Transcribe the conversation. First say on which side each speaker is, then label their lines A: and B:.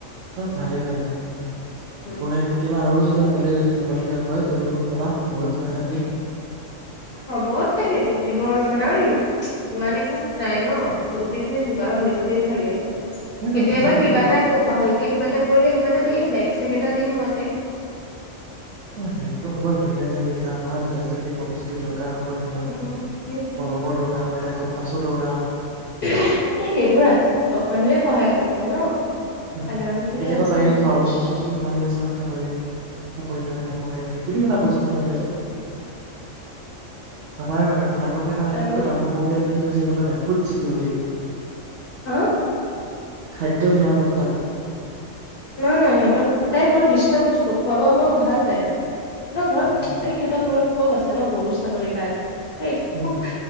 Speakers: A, on the right; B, on the left.
A: অ ভালে কইনাা
B: উম।
A: মই কেতিয়াবা আৰু যদি আগলে যদি যাবলগীয়া হয় তুমি মোক ক'বা ময়ো কিবা এটা দিম
B: হ'ব তাই মেটিক দিব আৰু মানে আৰু ইমানেো নাই ন গোটেইখিনি যোগাৰ হৈছেই চাগে আৰু কেতিয়াবা
A: নাই নাই তথাপিতো
B: কিবা এটা ভালকে কিবা এটা কৰিলে কিবা এটা দিম বেগ চেগ এ দিম মই তাইক
A: অ সেইটো হবই ধৰি লোৱা এতিয়া লিখা পঢ়া যথষ্টখিনি কি চপি তো দ হ'ব ধৰি লওক
B: উম, সেইটোৱে
A: কলমৰ দৰকাৰ হ'ব এটা কম পাছত
B: সেইবোৰ চব মানুহে সহায় কৰে কৰিছে ন
A: হয়
B: সাধাৰণ
A: হয়
B: খিনি
A: কেতিয়াবা
B: আছে
A: পাৰিলে খোৱা বস্তু চস্তু কিবা লৈ যাবা খাবলৈ পহিথাকোঁতে খাব পাৰিবা সেইখিনি এটা বস্তু হয়, তাৰ পিছত আমাৰ ভাৰতবৰ্ষৰ এতিয়া আটাইতকৈ
B: আৰু
A: ডাঙৰ প্ৰব্লেম কি হৈছে জানা নে নাই? ফুড চিকিঅ'ৰিটি, টি
B: হা
A: খাদ্য নিৰাপত্ত তাটো।
B: নহয়, নহয়। সিহঁতৰ, তাই বৰ হিষ্ট-পোষ্ট। বস্তু খোৱা-বোৱা বৰ ভাল তাইৰ। সিহঁতৰ ঘৰত,
A: অকে
B: এই সিহঁতৰ ঘৰত চব আছে ন, গৰু, ছাগলীৰ পা ত' একো
A: হয় হয়